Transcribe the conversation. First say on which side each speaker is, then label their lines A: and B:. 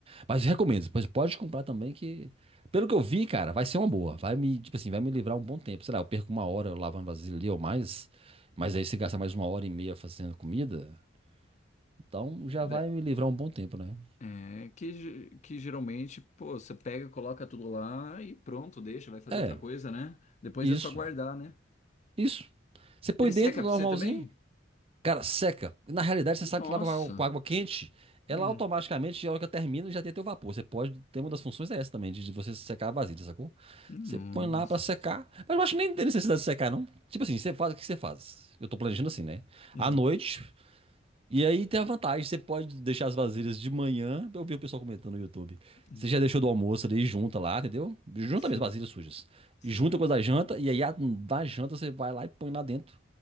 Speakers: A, on the right (about 30°); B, on the left (about 40°).
A: Mas recomendo, pois pode comprar também que, pelo que eu vi, cara, vai ser uma boa. Vai me, tipo assim, vai me livrar um bom tempo. Sei lá, eu perco uma hora lavando vasilha ali ou mais, mas
B: Hum.
A: aí você gasta mais uma hora e meia fazendo comida, então já
B: Da-
A: vai me livrar um bom tempo, né?
B: É, que, ge- que geralmente, pô, você pega, coloca tudo lá e pronto, deixa, vai fazer
A: É,
B: outra coisa, né? Depois
A: isso.
B: é só guardar, né?
A: Isso. Você põe
B: Ele
A: dentro
B: seca
A: normalzinho,
B: pra você também?
A: Cara, seca. Na realidade, você
B: Nossa.
A: sabe que lá com a- com a água quente, ela
B: Hum.
A: automaticamente, a hora que ela termina, já tem teu vapor. Você pode ter uma das funções é essa também, de de você secar a vasilha, sacou?
B: Nossa.
A: Você põe lá pra secar. Mas eu acho que nem tem necessidade de secar, não. Tipo assim, você faz, o que você faz? Eu tô planejando assim, né?
B: Hum.
A: À noite, e aí tem a vantagem, você pode deixar as vasilhas de manhã, eu vi o pessoal comentando no YouTube.
B: Hum.
A: Você já deixou do almoço ali, junta lá, entendeu? Junta
B: Sim,
A: mesmo, vasilhas sujas.
B: sim.
A: E junta com as da janta, e aí a da janta você vai lá e põe lá dentro,